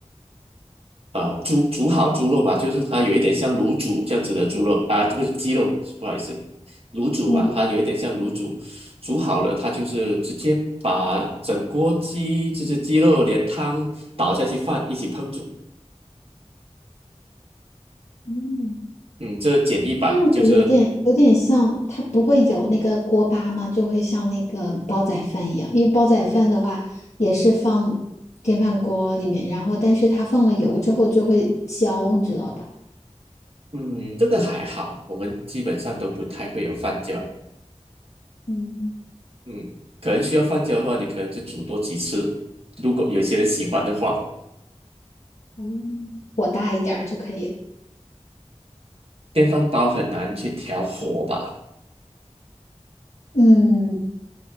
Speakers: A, on the right (about 55°); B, on the left (about 75°).
A: 啊、煮煮好猪肉嘛，就是它有一点像卤煮这样子的猪肉啊，不是鸡肉，不好意思，卤煮嘛，
B: 嗯
A: 它有一点像卤煮，煮好了，它就是直接把整锅鸡，就是鸡肉连汤倒下去饭一起烹煮。
B: 嗯。
A: 嗯，这简易版就是，
B: 这样子有点有点像，它不会有那个锅巴嘛，就会像那个煲仔饭一样，因为煲仔饭的话也是放电饭锅里面，然后但是它放了油之后就会焦，你知道吧？
A: 嗯，这个还好，我们基本上都不太会有饭焦。
B: 嗯，
A: 嗯，可能需要放久的话，你可能就煮多几次。如果有些人喜欢的话，
B: 哦，火大一点儿就可以了。
A: 电饭煲很难去调火吧，
B: 嗯，